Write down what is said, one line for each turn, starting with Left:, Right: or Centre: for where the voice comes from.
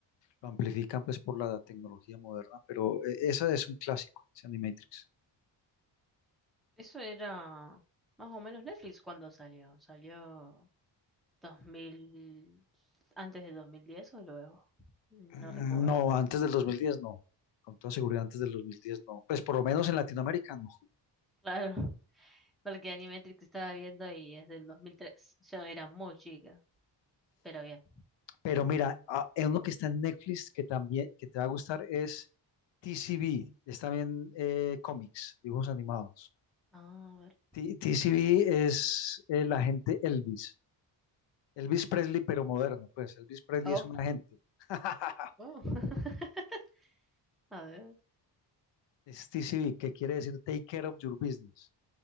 Left: lo amplifican pues por la tecnología moderna. Pero eh, esa es un clásico, ese Animatrix.
Centre: Eso era más o menos Netflix cuando salió. Salió 2000, antes de 2010 o luego. No
Left: Mm,
Centre: recuerdo.
Left: No, antes del 2010 no. Con toda seguridad antes del 2010 no. Pues por lo menos en Latinoamérica no.
Centre: Claro, <laughs> porque Animatrix estaba viendo y es del 2003. Yo era muy chica, pero bien.
Left: Pero mira, ah, hay uno que está en Netflix que también que te va a gustar es TCB, es también eh, cómics, dibujos animados.
Centre: Ah, A ver.
Left: T- TCB es el agente Elvis, Elvis Presley pero moderno, pues Elvis Presley
Centre: Oh,
Left: es un agente. <laughs>
Centre: oh. <laughs> A ver.
Left: Es TCB, que quiere decir Take Care of Your Business.